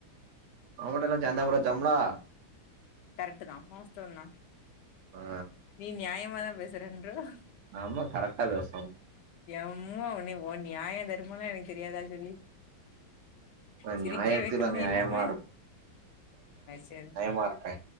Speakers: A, on the right; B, on the left.
A: அவமட்டல்லா சந்தாபும்ச்சம்லா
B: கரெக்ட்டுதா வாஸ்தவந்தா
A: ஆ
B: நீ நியாயமாதா பேசுறன்றவ
A: நம்மா கரெக்ட்டா <unintelligible>
B: எம்முனே ஓ நியாய தர்மலா எனக்கு தெரியாதா சொல்லு
A: நா
B: சிரிக்க
A: நியாயத்துல
B: வைக்கமே
A: நியாயமா
B: இல்லாம சரி
A: மா இருப்பே